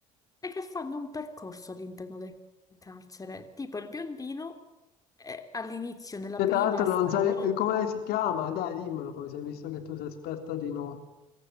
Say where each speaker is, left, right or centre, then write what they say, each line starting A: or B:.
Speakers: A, on the left; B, on the left.
A: e che fanno un percorso all'interno del carcere. Tipo il biondino eh, all'inizio, nella
B: Che
A: prima
B: tra l'altro
A: stagione.
B: non sai eh, come si chiama, dai, dimmelo, poi sei visto che tu sei esperta di nomi.